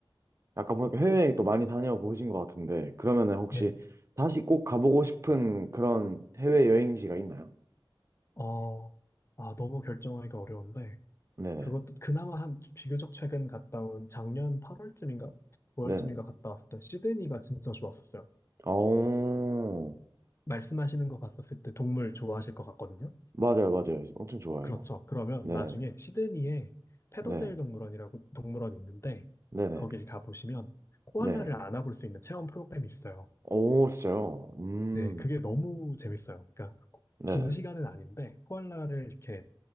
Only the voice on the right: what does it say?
아까 보니까 해외여행 또 많이 다녀보신 것 같은데, 그러면은 혹시
다시 꼭 가보고 싶은 그런 해외여행지가 있나요?
네네,
네네.
어,
맞아요, 맞아요. 엄청 좋아요.
네,
네,
네네,
네.
오, 진짜요? 음,
네네.